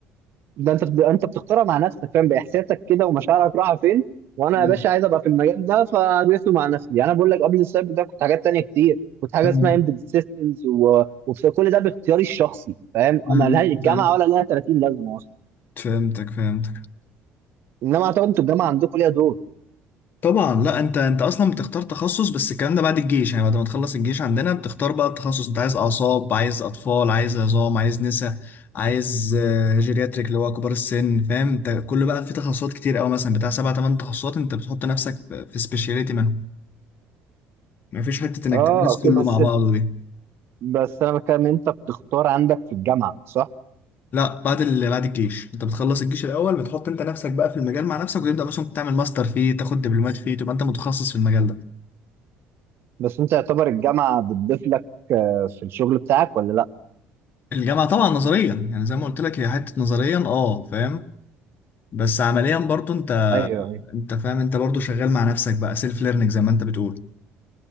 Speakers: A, on the right; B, on the left.
A: ده انت بت- انت بتختارها مع نفسك فاهم باحساسك كده ومشاعرك رايحه فين وانا
B: اه
A: يا باشا عايز ابقى في المجال ده فادرسه مع نفسي يعني انا بقول لك قبل السايبر ده كنت حاجات تانية كتير كنت حاجه
B: أمم،
A: اسمها امبيد سيستمز وكل ده باختياري الشخصي فاهم
B: أمم،
A: ما لهاش الجامعه
B: فهمت-
A: ولا لها 30 لازمه اصلا
B: فهمتك فهمتك
A: انما اعتقد انتوا الجامعه عندكم ليها دور
B: طبعا لا انت انت اصلا بتختار تخصص بس الكلام ده بعد الجيش يعني بعد ما تخلص الجيش عندنا بتختار بقى التخصص انت عايز اعصاب عايز اطفال عايز عظام عايز نسا عايز آه، جيرياتريك اللي هو كبار السن فاهم انت كل بقى في تخصصات كتير قوي مثلا بتاع سبع ثمان تخصصات انت بتحط نفسك في سبيشاليتي منهم مفيش حته انك
A: اه
B: تدرس
A: اوكي
B: كله
A: بس
B: مع بعضه دي
A: بس انا بتكلم انت بتختار عندك في الجامعه صح
B: لا بعد ال... بعد الجيش انت بتخلص الجيش الاول بتحط انت نفسك بقى في المجال مع نفسك وتبدا مثلا تعمل ماستر فيه تاخد دبلومات فيه تبقى انت متخصص في المجال ده
A: بس انت يعتبر الجامعه بتضيف لك آه، في الشغل بتاعك ولا لا
B: الجامعه طبعا نظريا يعني زي ما قلت لك هي حته نظريا اه فاهم بس عمليا برضو انت
A: ايوه
B: انت فاهم انت برضو شغال مع نفسك بقى سيلف ليرنينج زي ما انت بتقول